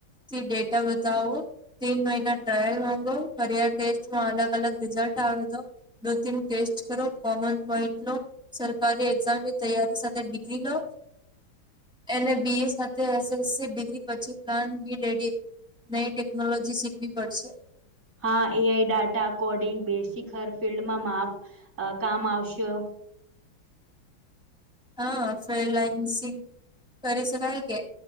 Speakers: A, in the centre; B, on the right.
A: થી ડેટા બતાવો. તીન મહિના ટ્રાયલ માંગો કરિયર ટેસ્ટમાં અલગ અલગ રિઝલ્ટ આવે તો. દો દિન ટેસ્ટ કરો. કોમન પોઈન્ટ લો સરકારી એક્ઝામની તૈયારી સાથે બી લી લો એને બી એ સાથે એસસિગ્રી પછી પ્લાન બી રેડી. નઈ ટેકનોલોજી શીખવી પડશે.
B: હા એઆઈ ડાટા કોડિંગ બેસી હર ફિલ્ડમાં માફ કામ આવશે.
A: હા ફ્રીલાન્સિંગ કરે છે કાય કે.